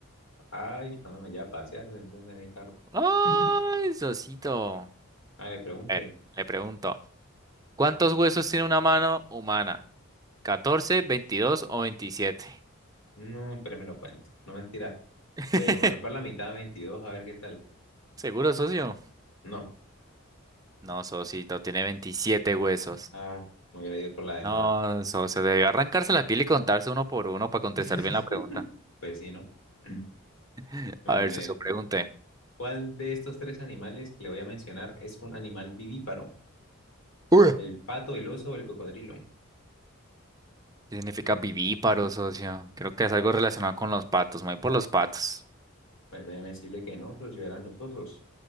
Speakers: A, on the left; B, on the right.
A: Ay, cuando me lleva a pasear, entonces en el carro.
B: ¡Ay,
A: <laughs>
B: socito!
A: Ah, le pregunte.
B: Eh, le pregunto, ¿cuántos huesos tiene una mano humana? 14, 22 o 27.
A: No, pero me lo cuente. No mentira.
B: <laughs>
A: Pues me voy por la mitad, 22, a ver qué tal.
B: ¿Seguro, socio?
A: No.
B: No, socito, tiene veintisiete huesos.
A: Ah, me hubiera ido por la demás.
B: No, socio, debió arrancarse la piel y contarse uno por uno para contestar
A: <laughs>
B: bien la pregunta.
A: Pues sí, ¿no? <clears throat>
B: <laughs>
A: Bueno,
B: A ver,
A: mire.
B: socio, pregunte.
A: ¿Cuál de estos tres animales que le voy a mencionar es un animal vivíparo?
B: Uy.
A: ¿El pato, el oso o el cocodrilo?
B: ¿Qué significa vivíparo, socio? Creo que es algo relacionado con los patos. Me voy por los patos.
A: Pues déjeme decirle que no, esos sí eran los osos.